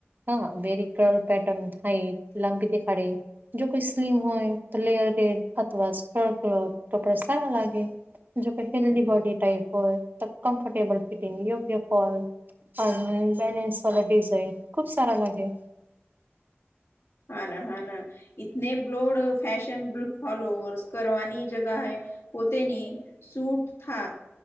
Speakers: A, on the right; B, on the left.
A: હા, વેરી કર્રલ પેટર્ન થાય લાંબી દેખાડે જો કોઈ સ્લીમ હોય, તો લેયર ગેડ અથવા <unintelligible> ક્લોથ કપડા સારા લાગે. જોકે હેલ્દી બોડી ટાઈપ હોય, તો કમ્ફર્ટેબલ ફિટિંગ યુ પ્રિફર. અને બેલેન્સ વાળી ડિઝાઇન ખુબ સારા લાગે.
B: હા ના હા ના, તને બ્લોડ ફેશન ફોલોઅર્સ કરવાની જગ્યાએ, પોતેની સૂટ હા,